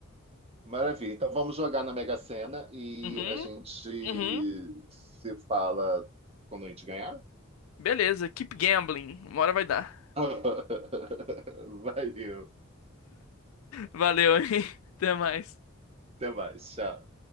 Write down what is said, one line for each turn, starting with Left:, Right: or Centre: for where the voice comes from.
Right: Maravilha. Então vamos jogar na Mega Sena e
Left: Uhum,
Right: a gente
Left: uhum.
Right: se fala quando a gente ganhar.
Left: Beleza, keep gambling. Uma hora vai dar.
Right: <laughs> Valeu.
Left: Valeu, hein? <laughs> Até mais.
Right: Até mais. Tchau.